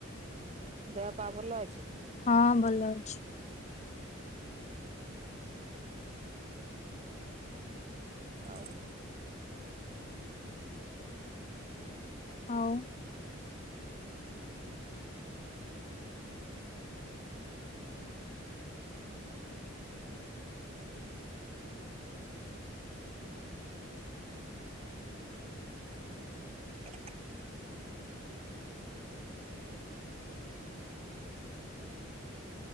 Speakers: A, on the right (about 30°); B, on the left (about 35°).
A: ଦେହ ପା ଭଲ ଅଛି।
B: ହଁ ଭଲ ଅଛି।
A: ଆଉ
B: ଆଉ
A: ହୁଁ।